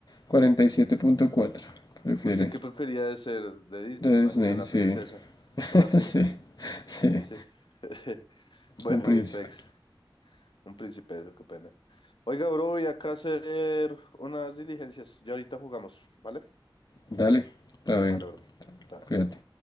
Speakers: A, on the left; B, on the left.
A: 47.4. Prefiere
B: ¿Usted qué prefería de ser de Disney?
A: de
B: Me
A: Disney,
B: Imagino, la
A: sí.
B: princesa.
A: <laughs>
B: Una princesa.
A: Sí, sí.
B: Sí. <laughs> Bueno,
A: Un príncipe.
B: mi pex. Un príncipe, eso, qué pena. Oiga, bro, voy acá a hacer unas diligencias. Ya ahorita jugamos, ¿vale?
A: Dale, está bien.
B: Vale, bro. Chao.
A: Cuídate.